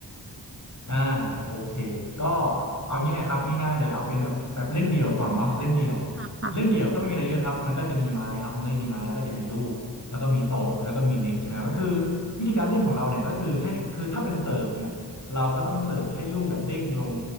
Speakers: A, on the left (about 45°); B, on the right (about 30°).
A: อ่าโอเคก็เอางี้นะครับง่ายๆเลยเอาเป็นแบบแบบเล่นเดี่ยวก่อนเนาะเล่นเดี่ยว
B: ค่ะค่ะ
A: เล่นเดี่ยวก็ไม่มีอะไรเยอะครับมันก็จะมีไม้เนาะมันก็จะมีไม้แล้วก็จะมีลูกแล้วก็มีโต๊ะแล้วก็มีเน็ตใช่ไหมก็คือวิธีการเล่นของเราเนี่ยก็คือให้คือถ้าเป็นเสิร์ฟเนี่ยเราก็ต้องเสิร์ฟให้ลูกอะเด้งลง